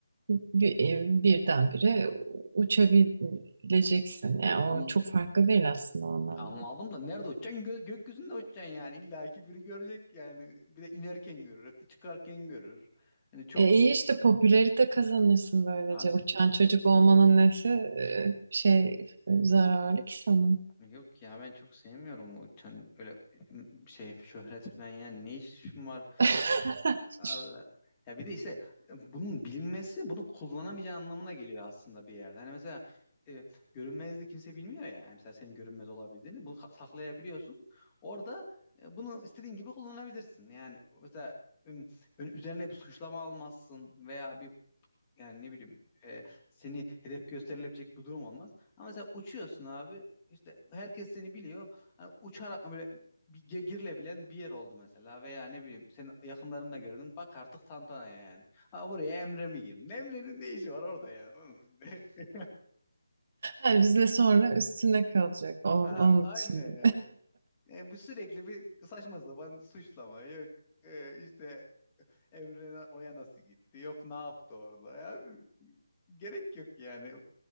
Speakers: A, on the right; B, on the left.
A: bir, e, birdenbire uçabileceksin. Yani
B: an-
A: o çok farklı değil aslında o anlamda.
B: Anladım da nerede uçacaksın? Gö gökyüzünde uçacaksın yani. İlla ki biri görecek yani. Bir de inerken görür, çıkarken görür. Hani çok
A: E iyi işte popülerite kazanırsın böylece.
B: Abi
A: Uçan çocuk olmanın nesi e, şey e, zararlı ki sana.
B: Yok ya ben çok sevmiyorum o tön- öyle şey şöhret falan yani ne işim var
A: <laughs>
B: Allah. Ya bir de işte bunun bilinmesi bunu kullanamayacağı anlamına geliyor aslında bir yerde. Hani mesela e, görünmezliği kimse bilmiyor ya. Yani mesela senin görünmez olabildiğini bunu ka- saklayabiliyorsun. Orada e, bunu istediğin gibi kullanabilirsin. Yani mesela üm, böyle üzerine bir suçlama almazsın veya bir yani ne bileyim e, seni hedef gösterilebilecek bir durum olmaz. Ama mesela uçuyorsun abi işte herkes seni biliyor. Hani uçarak böyle bir ge- girilebilen bir yer oldu mesela veya ne bileyim senin yakınlarında gördün bak artık tantana yani. Ha buraya Emre mi girdi? Emre'nin ne işi var orada yani? oğlum? <laughs>
A: Yani bizle sonra üstüne kalacak o-
B: Ha,
A: onun
B: aynen
A: için de.
B: yani. E, bu sürekli bir saçma sapan suçlama yok. E, işte Emre oraya nasıl gitti? Yok ne yaptı orada? Ya gerek yok yani.